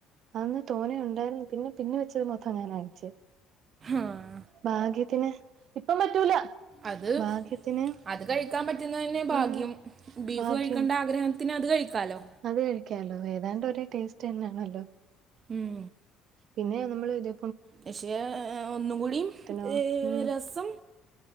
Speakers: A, on the right (about 60°); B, on the right (about 45°).
A: അന്ന് തോനെ ഉണ്ടായിരുന്നു പിന്നെ പിന്ന വെച്ചത് മൊത്തം ഞാനാ കഴിച്ചേ
B: ആഹ്
A: ഭാഗ്യത്തിന് ഇപ്പം പറ്റൂല
B: അത്
A: ഭാഗ്യത്തിന്
B: അത് കഴിക്കാൻ പറ്റുന്നതന്നെ ഭാഗ്യം
A: ഉം
B: ബീഫ്
A: ഭാഗ്യം
B: കഴിക്കണ്ട ആഗ്രഹം ത്തിന് അത് കഴിക്കാലോ
A: അത് കഴിക്കാലോ ഏതാണ്ട് ഒരേ ടേസ്റ്റ് തന്നെയാണല്ലോ
B: ഉം
A: പിന്നെ നമ്മള് ഇതേ
B: പക്ഷേ ഒന്നും കൂടിം
A: കല്യാണത്തിനോ
B: ഏ
A: ഉം
B: രസം